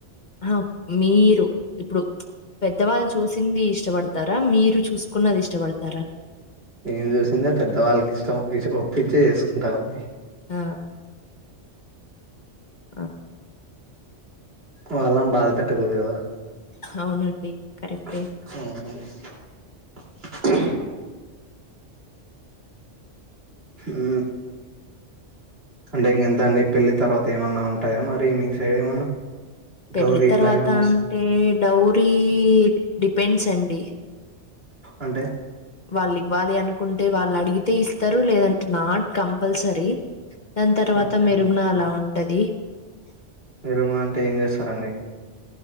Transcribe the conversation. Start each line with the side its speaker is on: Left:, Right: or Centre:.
Left: ఆ మీరు ఇప్పుడు పెద్దవాళ్ళు చూసింది ఇష్టపడతారా మీరు చూసుకున్నది ఇష్టపడతారా
Right: నేన్ చూసిందే పెద్దవాళ్ళకి ఇష్టం ఒప్పచ్చే చేసుకుంటామండి
Left: ఆ ఆ
Right: వాళ్ళని బాధ పెట్టకూదు కదా
Left: అవునండి
Right: అ
Left: కరెక్టే
Right: అ అంటే ఇంకెంత అండి పెల్లి తర్వాత ఏమన్నా ఉంటాయా మరి మీ సైడ్ ఏమన్నా
Left: పెళ్ళి
Right: డౌరీ
Left: తర్వాత
Right: ఇట్లా ఏమన్నా ఇస్-
Left: అంటే డౌరీ డిపెండ్స్ అండి
Right: అంటే
Left: వాళ్ళు ఇవ్వాలి అనుకుంటే వాళ్ళు అడిగితే ఇస్తారు లేదంటే నాట్ కంపల్సరీ దాని తర్వాత
Right: ఓకే
Left: మెరుగున
Right: అండి
Left: అలా ఉంటది
Right: మీరు ఏమన్నా అంటే ఏం చేస్తారండి